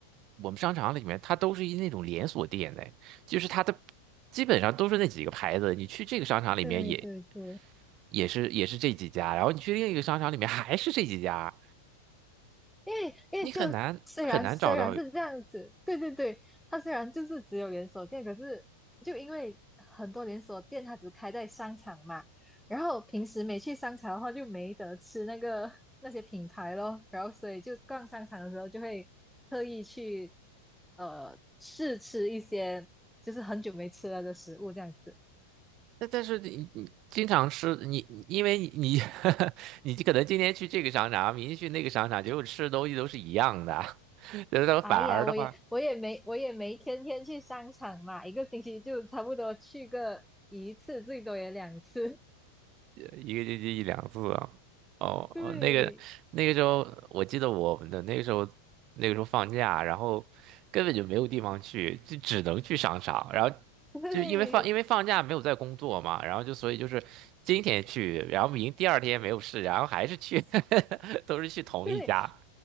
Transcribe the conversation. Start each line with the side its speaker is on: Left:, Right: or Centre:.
Right: 我们商场里面它都是一那种连锁店的，就是它的基本上都是那几个牌子。你去这个商场里面也
Centre: 对对对，
Right: 也是也是这几家，然后你去另一个商场里面还是这几家，
Centre: 因为因为就虽然虽然是这样子，
Right: 你很难很难找到。
Centre: 对对对，它虽然就是只有连锁店，可是就因为很多连锁店它只开在商场嘛，然后平时没去商场的话就没得吃那个那些品牌咯，然后所以就逛商场的时候就会特意去呃试吃一些就是很久没吃了的食物这样子。
Right: 但但是你你经常吃你，你因为你 <laughs> 你可能今天去这个商场，明天去那个商场，结果吃的东西都是一样的，<laughs> 然后反而的话。
Centre: 哎呀，我也我也没我也没天天去商场嘛，一个星期就差不多去个一次，最多也两次。
Right: 一个星期一两次啊。哦哦，
Centre: <laughs> 对
Right: 那个那个时候，我记得我们的那个时候，那个时候放假，然后根本就没有地方去，就只能去商场。然后
Centre: 对
Right: 就因为放因为放假没有在工作嘛，然后就所以就是今天去，然后明第二天没有事，然后还是去，<laughs> 都是去同一家。
Centre: 对，